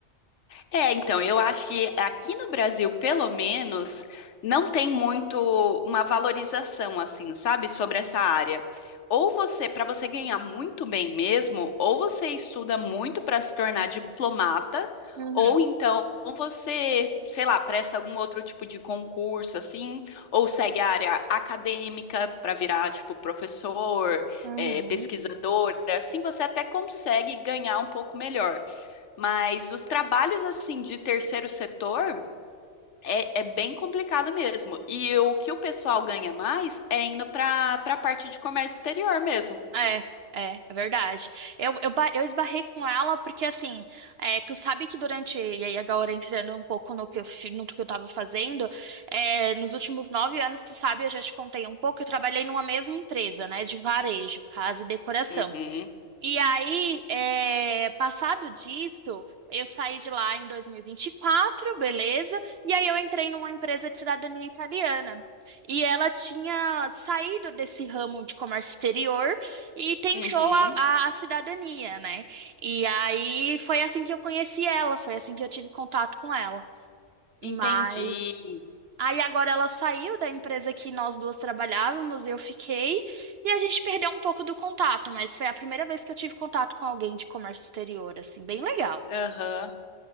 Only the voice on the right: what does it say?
Uhum,
uhum.
É, é, é verdade. Eu, eu, ba- eu esbarrei com ela porque, assim, é, tu sabe que durante, e aí agora entrando um pouco no que eu, fi- no que eu tava fazendo, é, nos últimos nove anos, tu sabe, eu já te contei um pouco, eu trabalhei numa mesma empresa, né, de varejo, casa e decoração.
E aí, é, passado disso, eu saí de lá em 2024, beleza? E aí eu entrei numa empresa de cidadania italiana. E ela tinha saído desse ramo de comércio exterior e tentou
a, a- a cidadania, né? E aí foi assim que eu conheci ela, foi assim que eu tive contato com ela. Mas
aí agora ela saiu da empresa que nós duas trabalhávamos, eu fiquei, e a gente perdeu um pouco do contato, mas foi a primeira vez que eu tive contato com alguém de comércio exterior, assim, bem legal.